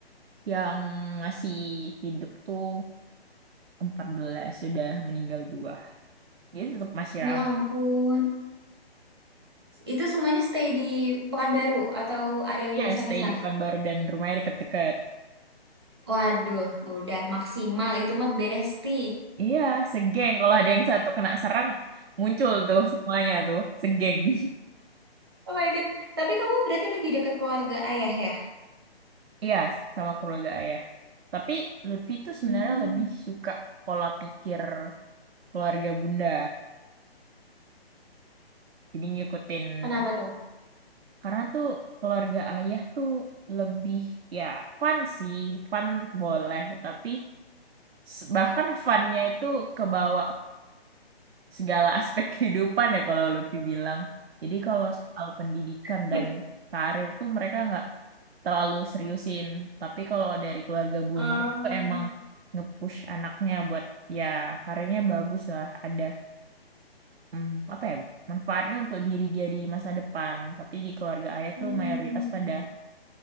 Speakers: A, on the right; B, on the right.
A: yang masih hidup tuh empat belas sudah meninggal dua. Jadi tetap masih
B: Ya
A: ramai.
B: ampun. Itu semuanya stay di Pekanbaru atau ada yang
A: Iya,
B: misah-misah?
A: stay di Pekanbaru dan rumahnya deket-deket.
B: Waduh, udah maksimal itu mah besti.
A: Iya, segeng. Kalau ada yang satu kena serang, muncul tuh semuanya tuh, segeng. <laughs>
B: Oh my God. Tapi kamu berarti lebih dekat keluarga ayah ya?
A: Iya, sama keluarga ayah. Tapi Lutfi tuh sebenarnya
B: Hmm,
A: lebih suka pola pikir keluarga bunda. Jadi ngikutin
B: kenapa
A: itu.
B: tuh?
A: Karena tuh keluarga ayah tuh lebih, ya fun sih, fun boleh. Tapi s- bahkan funnya itu kebawa segala <laughs> aspek kehidupan ya kalau Lutfi bilang. Jadi kalau soal pendidikan
B: <laughs>
A: dan karir tuh mereka nggak terlalu seriusin. Tapi kalau dari keluarga Bunda
B: Ah,
A: tuh emang nge-push anaknya buat ya karirnya bagus lah. Ada mm, apa ya manfaatnya untuk diri dia di masa depan. Tapi di keluarga ayah
B: hmm.
A: tuh mayoritas pada